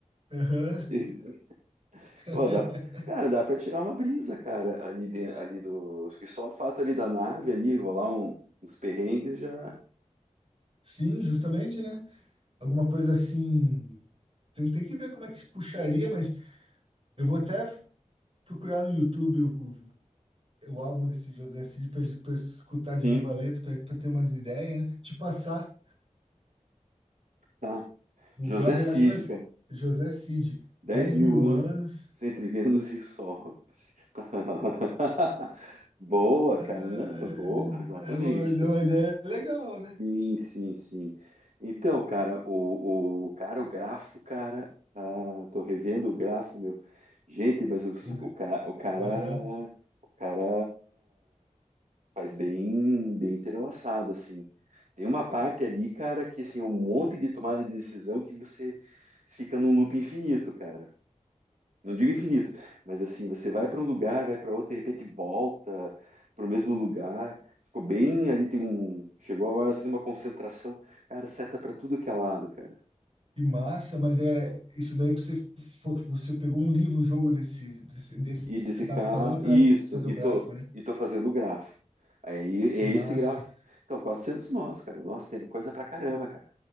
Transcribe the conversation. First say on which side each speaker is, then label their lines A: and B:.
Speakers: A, on the right; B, on the right.
A: Aham.
B: E, <laughs>
A: <laughs>
B: ó, dá, cara, dá pra tirar uma brisa, cara, ali, de, ali do. Acho que só o fato ali da nave ali, rolar um- uns perrengues já.
A: Sim, justamente, né? alguma coisa assim. Tem, tem que ver como é que se puxaria, mas eu vou até procurar no YouTube o, o, o álbum desse José Cid para escutar de
B: Sim,
A: novo a letra, para ter umas ideias, né? Te passar.
B: tá.
A: O
B: José
A: brother
B: Cid,
A: lá acho que vai. fi-
B: cara.
A: José Cid,
B: 10
A: dez
B: mil
A: mil
B: anos
A: anos.
B: entre Vênus e Sol. <laughs> Boa,
A: É,
B: cara, né? Boa, exatamente,
A: é uma, deu uma ideia legal, né?
B: Sim, sim, sim. Então, cara, o, o cara, o grafo, cara, tá, tô revendo o grafo, meu. Gente, mas os-
A: O, g-
B: o, ca- o cara,
A: aham.
B: o cara faz bem, bem entrelaçado, assim. Tem uma parte ali, cara, que assim, é um monte de tomada de decisão que você fica num loop infinito, cara. Não digo infinito, mas assim, você vai para um lugar, vai para outro, de repente volta para o mesmo lugar. Ficou bem ali, tem um. Chegou agora assim uma concentração. Cara, seta para tudo que é lado, cara.
A: Que massa, mas é isso daí você fo- você pegou um livro, um jogo desse, desse, desse
B: E
A: que
B: desse
A: você estava
B: cá,
A: falando para
B: isso,
A: fazer
B: e
A: o grafo,
B: tô,
A: né?
B: e tô fazendo o grafo. Aí
A: Que
B: é
A: massa.
B: esse gráfico. Então, 400 nós, cara. Nossa, tem é coisa pra caramba, cara.